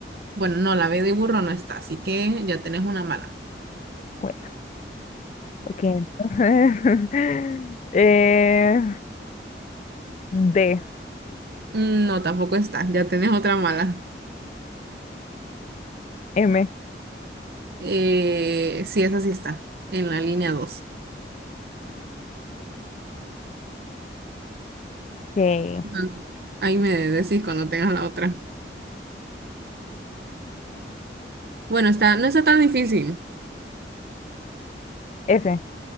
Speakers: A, on the right (about 60°); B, on the left (about 40°).
A: Bueno, no, la B de burro no está, así que ya tenés una mala.
B: Bueno, ok, entonces. <laughs> eh, D.
A: Mm, No, tampoco está, ya tenés otra mala.
B: M.
A: Eh, sí, esa sí está, en la línea dos
B: Ok.
A: Ujú. Ahí me decís cuando tengas la otra. Bueno, está, no está tan difícil.
B: S.